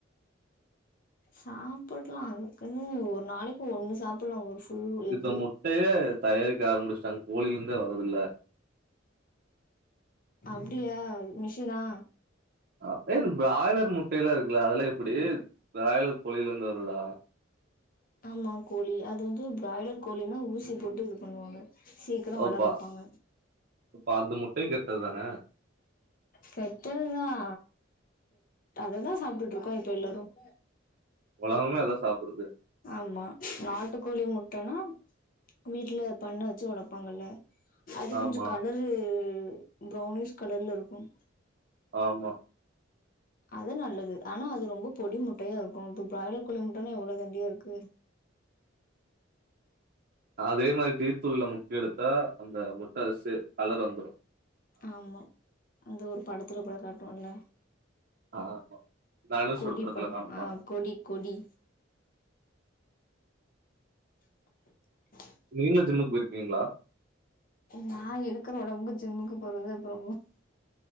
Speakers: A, on the left; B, on the right.
A: சாப்பிடலாம் அதுக்குன்னு ஒரு நாளைக்கு ஒண்ணு சாப்பிடலாம் ஒரு ஃபுல் எக்கு
B: இது முட்டையே தயாரிக்க ஆரம்பிச்சிட்டாங்க கோழிந்தே வரதல
A: அப்படியா மிஷினா
B: அ பிராய்லர் முட்டையல்லாம் இருக்குல்ல அதெல்லாம் எப்படி பிராய்லர் கோழில இருந்து வருதா
A: ஆமா கோழி அது வந்து பிராய்லர் கோழனா ஊசி போட்டு இது பண்ணுவாங்க சீக்கிரம்
B: ஓ!
A: வளர
B: பா
A: வைப்பாங்க
B: அப்ப அந்த முட்டையும் கெட்டது தானே?
A: கெட்டதுதான் அததான் சாப்பிட்டுட்டு இருக்கோம் இப்ப எல்லாரும்
B: உலகமே அதான் சாப்பிடுது
A: ஆமா நாட்டுக்கோழி முட்டனா வீட்டுல பண்ண வச்சு வளப்பாங்கல்ல அது
B: ஆமா,
A: கொஞ்சம் கலரு ப்ரௌனிஷ் கலர்ல இருக்கும்
B: ஆமா
A: அது நல்லது ஆனா அது ரொம்ப பொடி முட்டையா இருக்கு இப்ப பிராய்லர் கோழி முட்டைன்னா எவ்வள தண்டியா இருக்கு
B: அதே மாரி டீ தூள்ள முக்கி எடுத்தா அந்த முட்ட சே கலர் வந்துடு
A: ஆமா அந்த ஒரு படத்துல கூட காட்டுவோம்ல
B: ஆமா. தனுஷோட
A: கொடி
B: படத்துல
A: படம்
B: காமிப்பாங்க.
A: ஆ கொடி கொடி <inaudible>
B: நீங்களு ஜிம்க்கு போயிருக்கீங்களா
A: நான் இருக்கற ஓடம்புக் ஜிம்முக்கு போறது அப்புற